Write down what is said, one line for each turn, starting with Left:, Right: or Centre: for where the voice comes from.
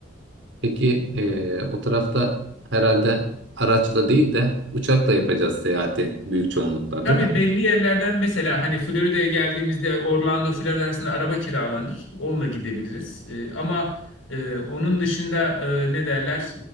Right: Peki e, o tarafta herhalde araçla değil de uçakla yapacağız seyahati büyük çoğunlukla
Left: Tabii
Right: değil mi?
Left: belli yerlerden mesela hani Florida'ya geldiğimizde Orlando Florida arasında araba kiralanır. Onunla gidebiliriz. Ee, ama e, onun dışında e, ne derler